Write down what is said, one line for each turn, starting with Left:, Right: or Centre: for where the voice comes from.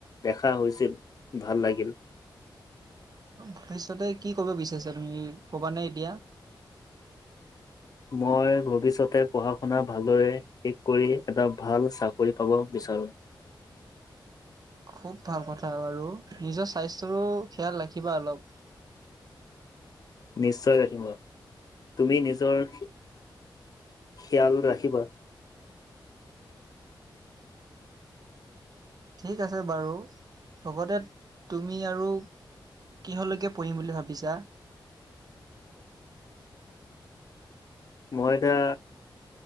Left: দেখা হৈছিল ভাল লাগিল
Right: ভৱিষ্যতে কি কৰিব বিচাৰিছা তুমি কিবা নে এতিয়া
Left: মই ভৱিষ্যতে পঢ়া শুনা ভালদৰে শেষ কৰি এটা ভাল চাকৰি পাব বিচাৰোঁ
Right: খুব ভাল কথা বাৰু নিজৰ স্বাস্থ্যৰো খিয়াল ৰাখিবা অলপ
Left: নিশ্চয় ৰাখিবা তুমি নিজৰ খিয়াল ৰাখিবা
Right: ঠিক আছে বাৰু লগতে তুমি আৰু কিহলৈকে পঢ়িম বুলি ভাবিছা
Left: মই এতিয়া